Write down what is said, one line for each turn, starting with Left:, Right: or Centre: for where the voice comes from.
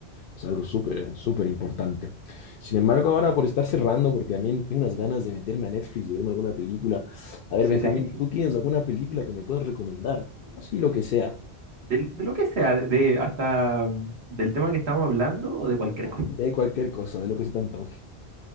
Left: Es algo súper, súper importante. Sin embargo, ahora por estar cerrando, porque también tengo unas ganas de meterme a Netflix y verme alguna película. A ver,
Right: Sí,
Left: Benjamín,
Right: sí. <laughs>
Left: ¿tú tienes alguna película que me puedas recomendar? Así lo que sea,
Right: Del- De, lo que sea, de hasta mm, del tema que estamos hablando o de cualquier cosa.
Left: de cualquier cosa, de lo que se te antoje.